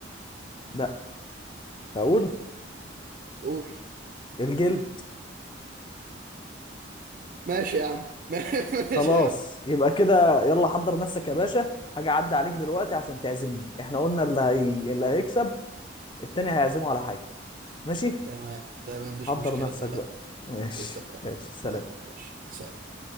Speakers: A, on the left; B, on the right.
A: لا اقول
B: قول
A: الجلد
B: ماشي يا عم <laughs> ماشي
A: خلاص
B: يا عم
A: يبقى كده يلا حضر نفسك يا باشا حاجة عدى عليك دلوقتي عشان تعزمني احنا قلنا اللي هي... اللي هيكسب التاني هيعزمه على حاجة ماشي
B: تمام تمام مش
A: حضر
B: مشكله
A: نفسك
B: اتفقنا
A: بقى ماشي
B: اتفقنا
A: ماشي سلام
B: تمام ماشي سلام